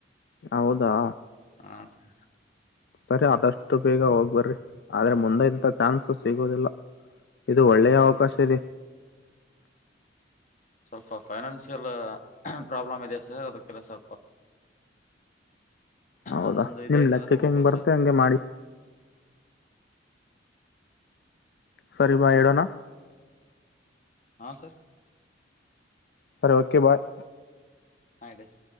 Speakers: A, on the left; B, on the left.
A: ಹೌದಾ
B: ಹಾ ಸರ್
A: ಸರಿ ಆದಷ್ಟು ಬೇಗ ಹೋಗಿ ಬರ್ರಿ ಆದರೆ
B: ಹಾ
A: ಮುಂದೆ ಇಂಥ ಚಾನ್ಸ್ ಸಿಗೋದಿಲ್ಲ ಇದು ಒಳ್ಳೆಯ
B: ಹೌದು
A: ಅವಕಾಶ
B: ಸರ್
A: ಇದೆ
B: ಸ್ವಲ್ಪ ಫೈನಾನ್ಸಿಯಲ್ ಪ್ರಾಬ್ಲಮ್ ಇದೆ ಸರ್ ಅದಕ್ಕೆ
A: ಹೌದಾ
B: ಅದೊಂದು ಇದೈತ್
A: ನಿಮ್ಮ ಲೆಕ್ಕಕ್ಕೆ
B: ಅಂದ್ರೆ ಹೋಗ್ಬೇಕು
A: ಹೆಂಗೆ ಬರುತ್ತೆ
B: ಸರ್
A: ಹಂಗೆ ಮಾಡಿ ಸರಿ ಬಾಯ್, ಇಡೋಣ
B: ಹಾ ಸರ್
A: ಸರಿ ಓಕೆ ಬಾಯ್
B: ಇಡೀ ಸರ್